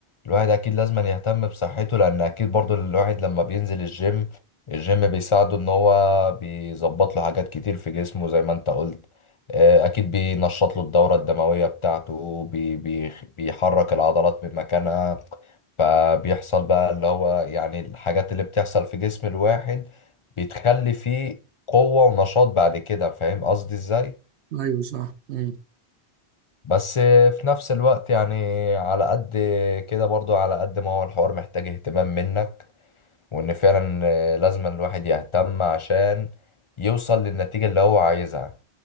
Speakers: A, on the left; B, on the right.
A: الواحد أكيد لازم أن يهتم بصحته لأن أكيد برضو الواحد لما بينزل الجيم الجيم بيساعده إن هو بيظبط له حاجات كتير في جسمه زي ما أنت قلت آه، أكيد بينشط له الدورة الدموية بتاعته بي بي بيحرك العضلات من مكانها فبيحصل بقى اللي هو يعني الحاجات اللي بتحصل في جسم الواحد بتخلي فيه قوة ونشاط بعد كده فاهم قصدي إزاي؟
B: ايوه صح امم
A: بس في نفس الوقت يعني على قد كده برضو على قد ما هو الحوار محتاج اهتمام منك وان فعلا لازم الواحد يهتم عشان يوصل للنتيجة اللي هو عايزها